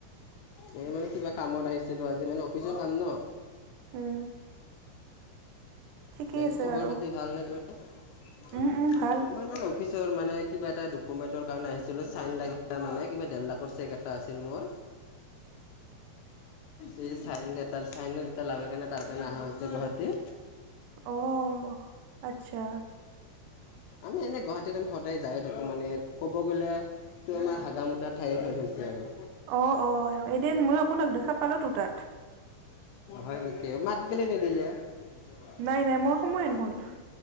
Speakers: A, on the left; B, on the right.
A: এ মানে কিবা কামত আহিছিলো আজি মানে অফিচৰ কাম ন
B: উম ঠিকেই
A: বাকী
B: আছে
A: খবৰ
B: বাৰু
A: পাতি ভালনে তোমাৰ
B: উম উম ভাল
A: আমাৰ মানে অফিচৰ মানে কিবা এটা ডকুমেণ্টৰ কাৰণে আহিছিলোঁ চাইন লাগিলে মানে কিবা ডেৰ লাখৰ চেক এটা আছিল মোৰ এই যে চাইনাল চাইনএটাল লাগে কাৰনে তাৰ কাৰণে অহা হৈছে গুৱাহাটী <unintelligible>
B: অ', আচ্ছা
A: আমি এনে গুৱাহাটীত আমি সদায় যায়ে থাকো মানে ক'ব গ'লে টো আমাৰ হাগা মোতা ঠাই হেন হৈছে আৰু।
B: অ', অ', অ', এদিন মই আপোনাক দেখা পালো তো তাত।
A: হয় নেকি মাত কলে নিদিলে।
B: নাই
A: হাজপোটেল
B: নাই মোৰ সময়ে
A: ফাজলী
B: নহ'ল